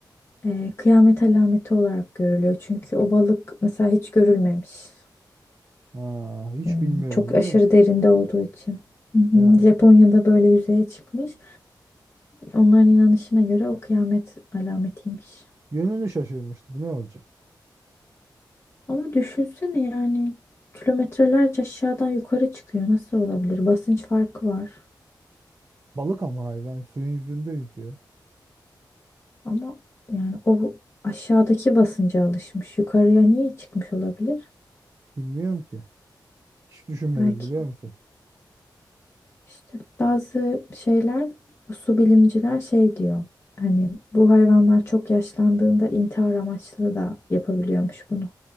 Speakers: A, on the left (about 35°); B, on the right (about 40°).
A: Ee, kıyamet alameti olarak görülüyor. Çünkü o balık mesela hiç görülmemiş.
B: ha, hiç
A: Hmm,
B: bilmiyorum
A: çok
B: biliyor
A: aşırı
B: musun?
A: derinde olduğu için. Hı hı.
B: Yani
A: Japonya'da böyle yüzeye çıkmış. Onların inanışına göre o kıyamet alametiymiş.
B: yönünü şaşırmıştır ne olacak?
A: Ama düşünsene yani kilometrelerce aşağıdan yukarı çıkıyor. Nasıl olabilir? Basınç farkı var.
B: Balık ama hayvan suyun yüzünde yüzüyor.
A: Ama yani o aşağıdaki basınca alışmış. Yukarıya niye çıkmış olabilir?
B: Bilmiyorum ki. Hiç düşünmedim
A: Belki
B: biliyor musun?
A: işte bazı şeyler su bilimciler şey diyor. Hani bu hayvanlar çok yaşlandığında intihar amaçlı da yapabiliyormuş bunu.